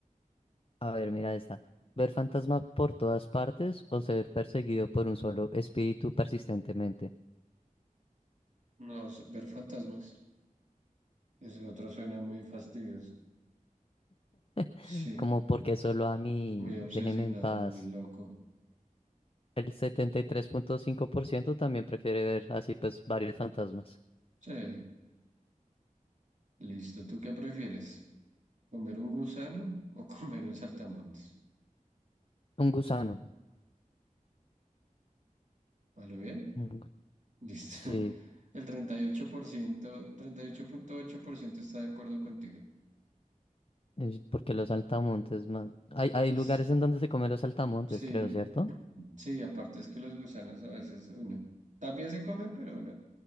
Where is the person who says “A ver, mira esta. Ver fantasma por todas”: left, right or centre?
Left